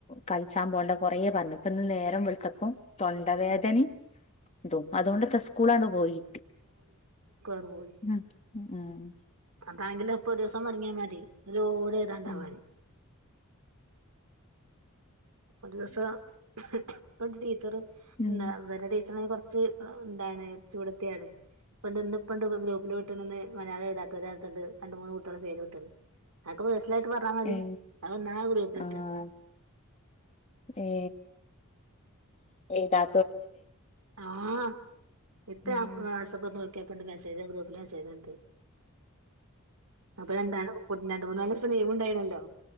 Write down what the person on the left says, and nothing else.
കളിച്ചാൻ പോകണ്ട കൊറേ പറഞ്ഞു നേരം വെളുത്തപ്പോ തൊണ്ടവേദനയും
തു അതുകൊണ്ട്ത്ര സ്കൂളാങ്ങട് പോയി
ഉം ഉം
ഉം
ഉം
ഏ
ആഹ് ഏ താ
ഉം